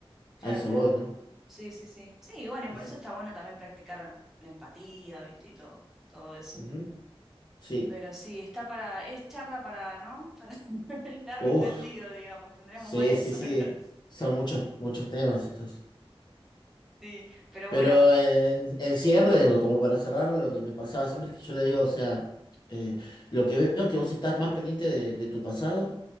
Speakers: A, in the centre; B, on the left (about 45°).
A: claro,
B: A eso
A: claro.
B: voy, ¿no?
A: Sí, sí, sí. Sí, y bueno,
B: Sí,
A: y por
B: sí.
A: eso está bueno también practicar la empatía, ¿viste? Y todo, todo eso.
B: Ujú. Sí.
A: Pero sí, está para, es charla para, ¿no? Para <laughs> el largo
B: Uf.
A: entendido, digamos. Tendremos
B: Sí,
A: varias
B: sí,
A: <laughs> horas.
B: sí. Son muchos, muchos temas estos.
A: Sí, pero
B: Pero
A: bueno,
B: en, en cierre, o como para cerrar, lo que me pasaba siempre es que yo le digo, o sea, eh, lo que veo que vos estás más pendiente de, de tu pasado